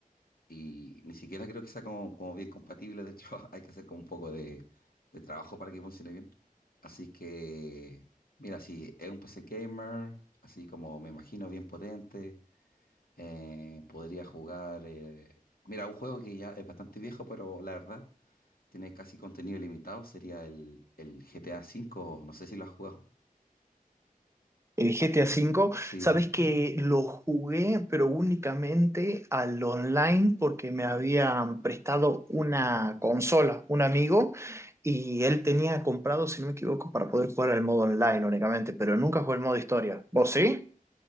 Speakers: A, on the left; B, on the right.
A: y ni siquiera creo que sea como, como bien compatible, de hecho <laughs> hay que hacer como un poco de, de trabajo para que funcione bien. Así que, mira, si es un PC gamer, así como me imagino, bien potente eh, podría jugar. eh, Mira, un juego que ya es bastante viejo, pero la verdad tiene casi contenido ilimitado. Sería el, el GTA V. No sé si lo has jugado.
B: El GTA V,
A: Sí,
B: sabes que lo jugué, pero únicamente al online porque me habían prestado una consola, un amigo, y él tenía comprado, si no me equivoco, para poder jugar al modo online únicamente, pero nunca jugué el modo historia. ¿Vos sí?